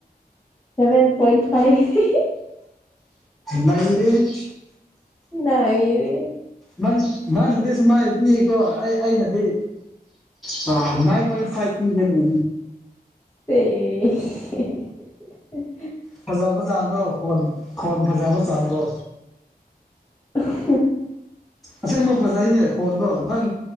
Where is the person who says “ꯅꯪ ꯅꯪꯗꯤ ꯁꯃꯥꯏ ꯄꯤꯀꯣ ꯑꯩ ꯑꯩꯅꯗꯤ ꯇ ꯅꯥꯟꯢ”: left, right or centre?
Centre